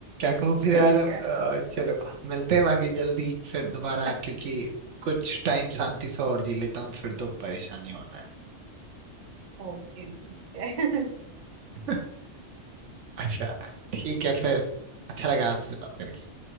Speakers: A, on the right; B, on the right.
A: कहूँ फिर यार
B: ठीक
A: अब,
B: है
A: अ, चलो मिलते हैं बाकी जल्दी फिर दोबारा
B: <laughs>
A: क्योंकि कुछ टाइम शांति से और जी लेता हूँ फिर तो परेशानी होना
B: ओके ठीक है
A: है अच्छा ठीक
B: <laughs>
A: है फिर अच्छा लगा आपसे बात करके